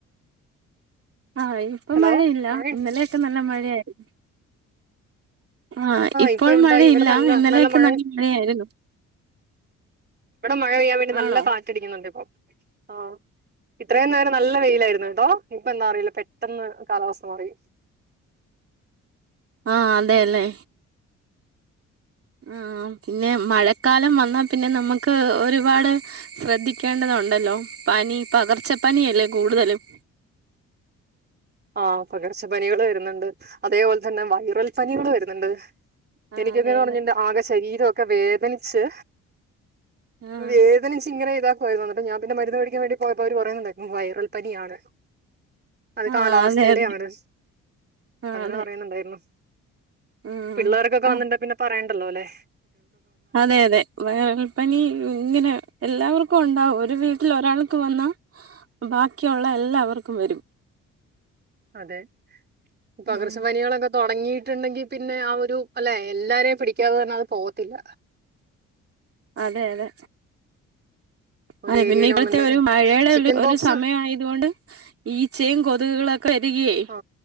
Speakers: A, on the right; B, on the right.
A: ആഹ ഇപ്പൊ
B: ഹലോ
A: മഴയില്ല
B: മഴ
A: ഇന്നലെയൊക്കെ നല്ല മഴയായിരുന്നു ആ ഇപ്പോൾ
B: ഇപ്പൊ ഇതാ
A: മഴയില്ല
B: ഇവിടെ നല്ല
A: ഇന്നലെയൊക്കെ
B: മഴ
A: നല്ല മഴയായിരുന്നു
B: ഇവിടെ മഴ പെയ്യാൻ വേണ്ടി നല്ല
A: ആണോ
B: കാറ്റടി ക്കുന്നുണ്ട് ഇപ്പൊ ആ ഇത്രയും നേരം നല്ല വെയിലായിരുന്നു കേട്ടോ ഇപ്പൊ എന്താ അറിയില്ല പെട്ടെന്ന് കാലാവസ്ഥ മാറി
A: അ അതെല്ലേ ആ പിന്നെ മഴക്കാലം വന്നാ പിന്നെ നമുക്ക് ഒരു ഒരുപാട് ശ്രദ്ധിക്കേണ്ടതുണ്ടല്ലോ പനി പകർച്ച പനി അല്ലേ കൂടുതലും
B: ആഹ പകർച്ച പനികൾ വരുന്നുണ്ട് അതേപോലെ തന്നെ വയറൽ പനികൾ വരുന്നുണ്ട്
A: ആഹ്
B: എനിക്ക
A: അതെ
B: എങ്ങനെന്ന്പറഞ്ഞ്ണ്ടെ
A: അതെ
B: ആക ശരീരം രൊക്കെ വേദനിച്ച്
A: ആഹ്
B: വേദനിച്ച് ഇങ്ങനെ ഇതാക്കുമായിരുന്നുന്നിട്ട് ഞാൻ പിന്നെ മരുന്ന് പടിക്കാൻ വേണ്ടി പോയപ്പോ അവർ പറയുന്നുണ്ടും വൈറൽ പനിയാണ്
A: ആഹ്
B: കാലാവസ്ഥയുടെയാണ്
A: അതെ അതെ ആഹ്
B: അങ്ങനെ
A: അതെ
B: പറയുന്നുണ്ടായിരുന്നു
A: ഉം
B: പിള്ളേർക്കൊക്കെ
A: ആഹ്
B: വന്നിണ്ടെ പിന്നെ പറയ ഉണ്ടല്ലോ അല്ലേ
A: അതെ അതെ വയറൽപ്പനി ഇങ്ങനെ എല്ലാവർക്കും ഉണ്ടാവും ഒരു വീട്ടിൽ ഒരാൾക്ക് വന്നാ ബാക്കിയുള്ള എല്ലാവർക്കും വരും
B: അതെ ഈ പകർസ
A: ഉം
B: പനികളൊക്കെ തൊടങ്ങീട്ട്ണ്ടെങ്കി പിന്നെ ആ ഒരു അല്ലെ എല്ലാരെയും പിടിക്കാതെ തന്നെ അത് പോകത്തില്ല.
A: അതെ അതെ
B: ഒരു
A: അതെ
B: ഏരിയയിൽ
A: പിന്നെ ഇപ്പഴ്ത്തെ
B: വന്നിണ്ട്
A: ഒരു മഴേടെ
B: ചിക്കൻ
A: ഒരു
B: ബോക്സ്
A: സമയ ആയതുകൊണ്ട് ഈച്ചയും കൊതുകുകളൊക്കെ പെരികിയേ
B: ആ